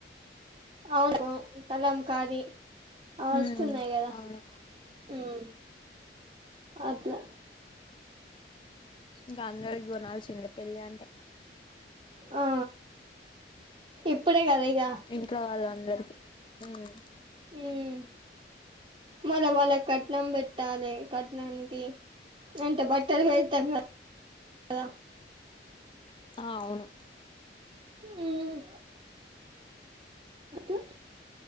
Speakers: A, on the right (about 30°); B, on the left (about 30°).
A: అవును కలం కారీ అ వస్తున్నాయి
B: ఉమ్
A: కదా
B: అవును
A: ఉమ్ అట్లా
B: ఇంకా అందరికి కొనాల్సిందే పెళ్ళి అంటే
A: ఆ ఇప్పుడే కదా ఇగ
B: ఇంట్లో వాళ్ళు అందరికి ఉమ్
A: ఉమ్ మళ్ళా వాళ్ళకి కట్నం పెట్టాలి కట్నానికి అంటే బట్టలు పెడతాం కదా
B: ఆ అవును
A: ఉమ్ అట్లా